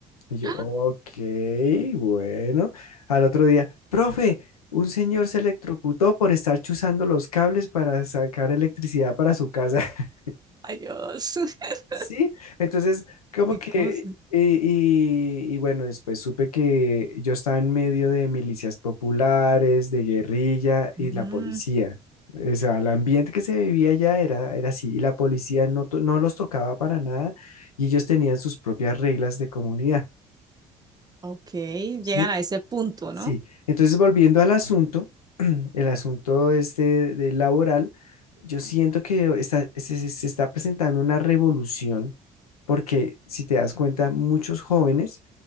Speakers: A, on the left; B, on the right.
A: Y yo,
B: ¡Ah!
A: ok, bueno. Al otro día, profe, un señor se electrocutó por estar chuzando los cables para sacar electricidad para su casa. <laughs>
B: Ay, Dios. <laughs>
A: Sí, entonces, como
B: Qué
A: que,
B: cosa.
A: y, y- y bueno, después supe que yo estaba en medio de milicias populares, de guerrilla y
B: Mm,
A: la policía. O sea, el ambiente que se vivía allá era, era así, y la policía no, to- no los tocaba para nada, y ellos tenían sus propias reglas de comunidad.
B: ok,
A: ¿sí?
B: llegan a ese punto,
A: Sí,
B: ¿no?
A: entonces volviendo al asunto, <clears throat> el asunto este de laboral, yo siento que está- se, se- se está presentando una revolución porque si te das cuenta, muchos jóvenes